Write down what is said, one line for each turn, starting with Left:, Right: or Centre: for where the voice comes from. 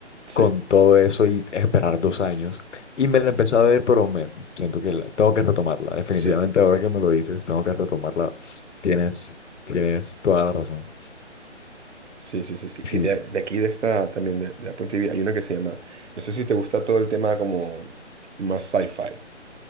Right: Sí,
Left: con todo eso y esperar dos años. Y me la empecé a ver, pero me siento que la- tengo que retomarla. Definitivamente
Right: sí,
Left: ahora que me lo dices, tengo que retomarla. Tienes, tienes toda la razón.
Right: sí, sí, sí. sí.
Left: Sí,
Right: Y de, de aquí, de esta también, de, de Apple TV, hay una que se llama. No sé si te gusta todo el tema como más sci-fi.